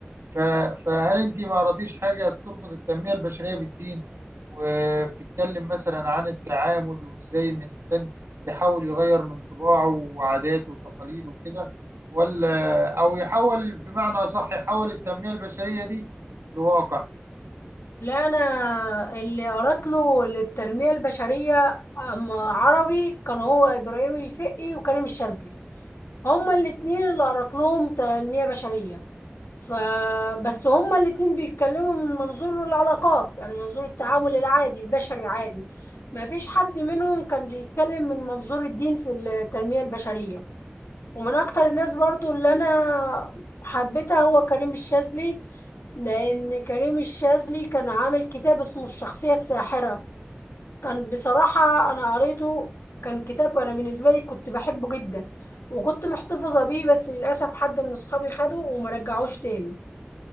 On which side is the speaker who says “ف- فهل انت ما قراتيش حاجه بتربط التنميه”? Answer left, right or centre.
Right